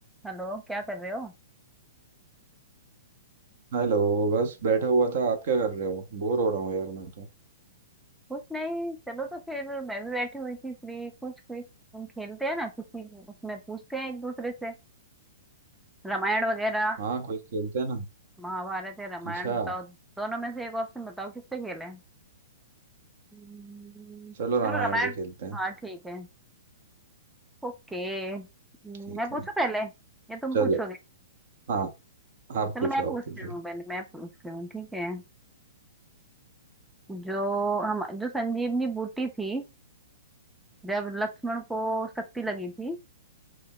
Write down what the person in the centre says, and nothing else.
हेलो क्या कर रहे हो
कुछ नहीं चलो तो फिर मैं भी बैठी हुई थी फ्री कुछ क्विज हम खेलते हैं ना किसी उसमें पूछते हैं एक दूसरे से रामायण वगैरह
महाभारत या रामायण
बताओ दोनों में से एक ऑप्शन बताओ किस पे खेलें हम्म,
चलो रामायण
हाँ ठीक है ओके मैं
पूछूं
पहले या तुम
पूछोगे
चलो
मैं पूछती
हूँ पहले मैं पूछती हूँ ठीक है जो हम जो संजीवनी बूटी थी जब लक्ष्मण को शक्ति लगी थी